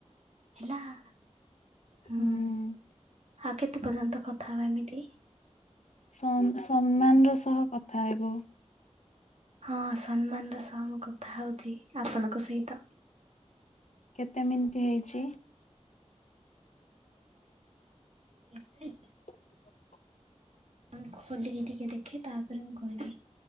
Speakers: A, on the right; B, on the left.
A: ହେଲା ହୁଁ
B: ହୁଁ
A: ଆଉ କେତେ ପର୍ଯ୍ୟନ୍ତ କଥା ହବା ଏମିତି?
B: ସ ସମ୍ମାନର ସହ କଥା ହେବୁ।
A: ହଁ ସମ୍ମାନର ସହ ମୋ କଥା ହଉଛି ଆପଣଙ୍କ ସହିତ।
B: କେତେ ମିନିଟ୍ ହେଇଛି?
A: ଏବେ
B: <inaudible>
A: ମୁଁ ଖୋଲିକି ଟିକେ ଦେଖେ ତାପରେ ମୁଁ କହିବି